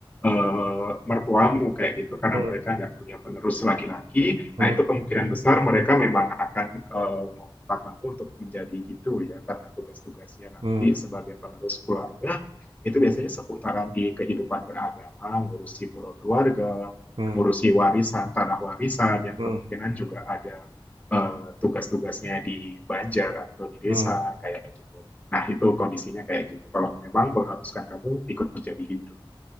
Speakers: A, on the left (about 15°); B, on the right (about 70°).
A: eh, mertuamu kayak gitu, karena
B: Hmm.
A: mereka nggak punya penerus laki-laki,
B: hmm.
A: nah itu kemungkinan besar mereka memang akan eh, meminta kamu untuk menjadi Hindu ya, karena tugas-tugasnya nanti
B: Hmm,
A: sebagai penerus keluarga itu biasanya seputaran di kehidupan beragama, ngurusi pura keluarga,
B: hmm,
A: ngurusi warisan, tanah warisan yang
B: hmm,
A: kemungkinan juga ada eh, tugas-tugasnya di Banjar atau di desa
B: hmm,
A: kayak gitu. Nah, itu kondisinya kayak gitu. Kalau memang mengharuskan kamu ikut jadi himpunan